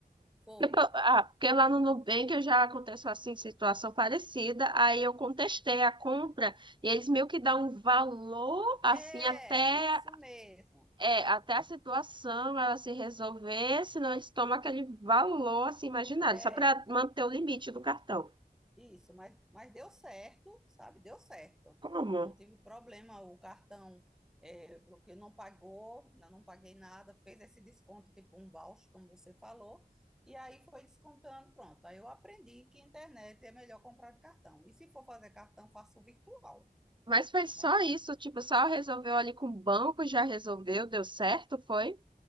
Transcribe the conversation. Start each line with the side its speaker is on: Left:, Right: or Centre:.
Centre: foi.
Right: Porque pro- Ah, porque lá no Nubank eu já aconteceu, assim, situação parecida, aí eu contestei a compra e eles meio que dão um valor, assim,
Centre: É,
Right: até,
Centre: isso mesmo.
Right: é, até a situação ela se resolver, senão eles tomam aquele valor, assim, imaginário,
Centre: É,
Right: só para manter o limite do cartão.
Centre: isso. Mas, mas deu certo, sabe? Deu certo.
Right: Como?
Centre: Não tive problema. O cartão é, porque não pagou, não não paguei nada, fez esse desconto, tipo um voucher, como você falou. E aí foi descontando, pronto. Aí eu aprendi que internet é melhor comprar de cartão. E se for fazer cartão, faço virtual.
Right: Mas foi só
Centre: né?
Right: isso, tipo, só resolveu ali com o banco, já resolveu, deu certo, foi?